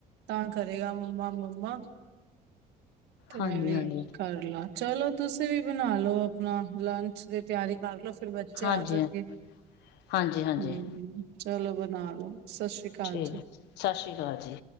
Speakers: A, on the right (about 85°); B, on the left (about 85°).
A: ਤਾਂ ਕਰੇਗਾ ਮੰਮਾ-ਮੰਮਾ ਤੇ
B: ਹਾਂਜੀ
A: ਮੈਂ ਵੀ
B: ਹਾਂਜੀ
A: ਕਰ ਲਾਂ। ਚਲੋ ਤੁਸੀਂ ਵੀ ਬਣਾ ਲੋ ਆਪਣਾ ਲੰਚ ਇਸ ਲਈ ਤਿਆਰੀ ਕਰਲੋ ਫਿਰ ਬੱਚੇ
B: ਹਾਂਜੀ
A: ਆ ਜਾਣਗੇ
B: ਹਾਂਜੀ ਹਾਂਜੀ
A: ਹੂੰ-ਹੂੰ। ਚਲੋ ਬਣਾ ਲੋ ਸਤਿ ਸ਼੍ਰੀ ਅਕਾਲ।
B: ਠੀਕ
A: ਜੀ
B: ਹੈ ਸਤਿ ਸ਼੍ਰੀ ਅਕਾਲ ਜੀ।